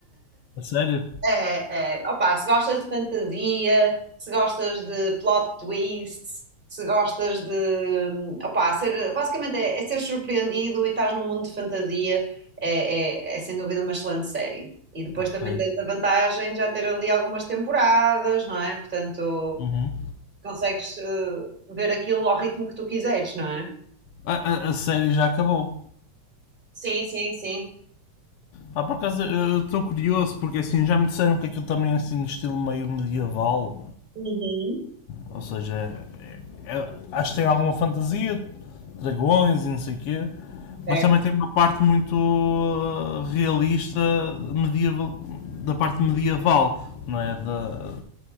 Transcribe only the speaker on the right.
É, é, opa, se gostas de fantasia, se gostas de plot twists, se gostas de, opa, ser, basicamente é, é ser surpreendido e estás num mundo de fantasia, é, é, é sem dúvida uma excelente série. E depois
também tens a vantagem de já ter ali algumas temporadas, não é? Portanto,
consegues, eh, ver aquilo ao ritmo que tu quiseres, não é?
Sim, sim, sim.
Uhum.
É,